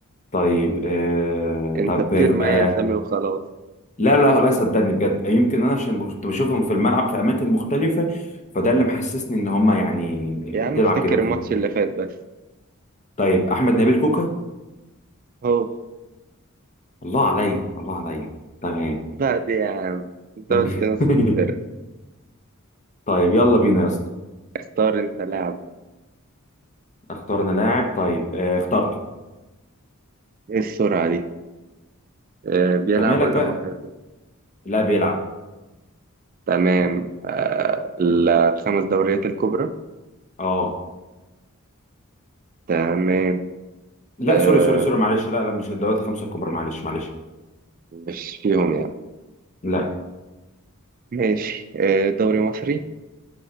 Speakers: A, on the left; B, on the right.
A: طيب آه
B: أنت
A: طب
B: بترمي
A: آه
B: أي أسامي وخلاص
A: لا لا لا صدقني بجد يمكن انا عشان كنت بشوفهم في الملعب في اماكن مختلفه فده اللي محسسني ان هم يعني
B: يا عم
A: بتلعب
B: افتكر
A: كده فاهم
B: الماتش اللي فات بس
A: طيب احمد نبيل كوكا
B: هو
A: الله عليا الله عليا تمام
B: بعد يا عم أنت
A: <laughs>
B: قلت نص الفرق
A: طيب يلا بينا يا اسطى
B: اختار أنت لاعب
A: اخترنا لاعب طيب آه اخترت
B: إيه السرعة دي آه بيلعب
A: انت مالك
B: ولا
A: بقى
B: معتزل
A: لا بيلعب
B: تمام آه ال- الخمس دوريات الكبرى
A: اه
B: تمام
A: لا
B: آه
A: سوري سوري سوري معلش لا لا مش الدوريات الخمسه الكبرى معلش معلش
B: مش فيهم يعني
A: لا
B: ماشي آه دوري مصري